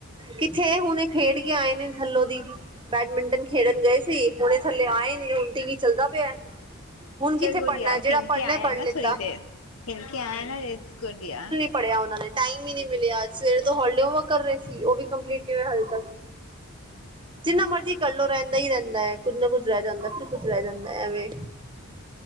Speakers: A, on the right; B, on the left.
A: ਕਿੱਥੇ ਹੁਨੇ ਖੇਡ ਕੇ ਆਏ ਨੇ, ਥੱਲੋਂ ਦੀ ਬੈਡਮਿੰਟਨ ਖੇਡਨ ਗਏ ਸੀ। ਹੁਣੇ ਥੱਲੇ ਆਏ ਨੇ ਹੁਣ ਟੀ ਵੀ ਚੱਲਦਾ ਪਿਆ। ਹੁਣ ਕਿੱਥੇ
B: ਚਲ ਗੁਡੀ
A: ਪੜ੍ਹਨਾ
B: ਯਾਰ
A: ਜਿਹੜਾ
B: ਖੇਲ
A: ਪੜ੍ਹਨਾ
B: ਕੇ ਆਇਆ
A: ਪੜ੍ਹ
B: ਏ ਨਾ
A: ਲਿੱਤਾ
B: ਥੋੜੀ ਦੇਰ ਖੇਲ ਕੇ ਆਇਆ ਨਾ ਰੇ ਗਡੀ ਯ।
A: ਪੜਿਆ ਉਹਨਾਂ ਨੇ ਟਾਈਮ ਹੀ ਨੀ ਮਿਲਿਆ ਸਵੇਰੇ ਤੋਂ ਹੋਲੀ ਹੋਮਵਕ ਕਰ ਰੇ ਸੀ ਉਹ ਵੀ ਕੰਪਲੀਟ। ਕਿਵੇਂ ਹਾਲੇ ਤੱਕ ਜਿੰਨਾ ਮਰਜ਼ੀ ਕਰਲੋ ਰਹਿੰਦਾ ਹੀ ਰਹਿੰਦਾ ਏ ਕੁੱਝ ਨਾ ਕੁੱਝ ਰਹਿ ਜਾਂਦਾ ਫਿਰ। ਕੁਛ ਰਹਿ ਜਾਂਦਾ ਐਵੇਂ